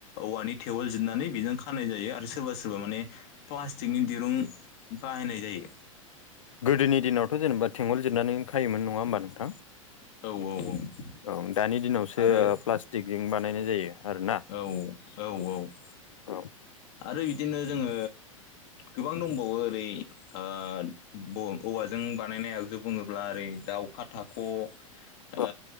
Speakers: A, on the left; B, on the left.
A: औवानि थेवल जिरनानै बेजों खानाय जायो आरो सोर सोरबा सोरबा माने प्लास्टिकनि दिरुं बाहायनाय जायो।
B: गोदोनि दिनावथ' जेनेबा थेंगल जिरनानै खायोमोन नङा होमबा नोंथां?
A: औ औ औ
B: औं दानि दिनावसो
A: आरो
B: प्लास्टिकजों बानायनाय जायो। आरोना
A: औ औ औ
B: औ
A: आरो बिदिनो जोङो गोबां दंबावो ओरै ओ बऔवाजों बानायनाय आगजु बुङोब्ला ओरै दाउ अखा थाख'
B: <inaudible>
A: ओ